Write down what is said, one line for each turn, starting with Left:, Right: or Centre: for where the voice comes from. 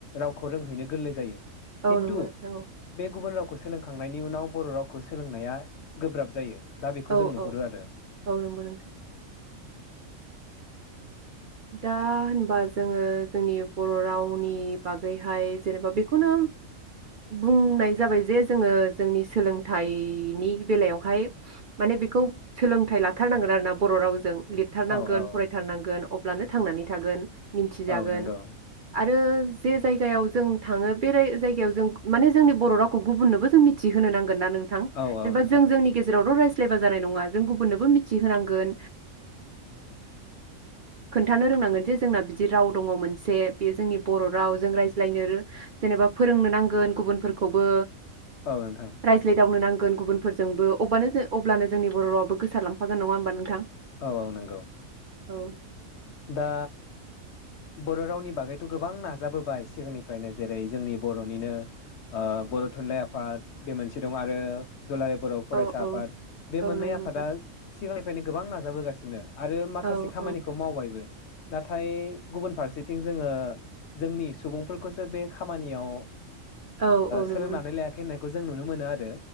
Left: रावखौ रोंहैनो गोरलै जायो
Right: औ
Left: खिन्थु
Right: नंगौ नोंथां औ
Left: बे गुबुन राव खौ सोलोंखांनायनि उनाव बर रावखौ सोलोंनाया गोब्राब जायो दा बेखौ
Right: औ
Left: जों नुहुरो
Right: औ
Left: आरो
Right: औ नंगौ नोंथां दा होनबा जोङो जोंनि बर' रावनि बागै हाय जेनेबा बेखौनो बुंनाय जाबाय जे जोङो जोंनि सोलोंथाइनि बेलायावहाय माने बेखौ सोलोंथाइ लाथारनांगोन आरोना बर' रावजों लिरथारनांगोन
Left: औ औ
Right: फरायथारनांगोन अब्लानो थांनानै थागोन मिथिजागोन
Left: औ नंगौ
Right: आरो जे जायगायाव जों थाङो बे जायगायाव जों माने जोंनि बर' रावखौ गुबुननोबो जों मिथिहोनो नांगौ ना नोंथां
Left: औ औ
Right: जेना
Left: नोंथां
Right: जों जोंनि गेजाव लायबा जानाय नङा जों गुबुननोबो मिथिहोनांगोन खोन्थानो रोंनांगोन जे जोंना बिदि राव दङ मोनसे बेयो जोंनि बर' राव जों रायज्लायनो जेनेबा फोरोंनो नांगोन गुबुनफोरखौबो
Left: औ नोंथां
Right: रायज्लायदावनो नांगौ गुबुनफोरजोंबो अब्लानो जोंनि बर रावबो गोसारांफाग नङा होमबा नोंथां
Left: औ औ नंगौ
Right: औ
Left: दा बर' रावनि बागैथ' गोबां नाजाबोबाय सिगांनिफ्रायनो जेरै जोंनि बर'निनो बर' थुनलाइ आफाद बे मोनसे दं आरो दुलाराय बर' फरायसा
Right: औ औ
Left: आफाद बे
Right: औ
Left: मोननै
Right: नंगौ नोंथां
Left: आफादा सिगां निफ्रायनो गोबां नाजाबोगासिनो आरो माखासे
Right: औ
Left: खामानिखौ
Right: औ
Left: मावबाय नाथाय गुबुन फारसेथिं जोङो जोंनि सुबुंफोरखौसो बे खामानियाव
Right: औ औ नंगौ
Left: सोलोंनानै
Right: नों-
Left: लायाखै होनख खौ जों नुनो मोनो आरो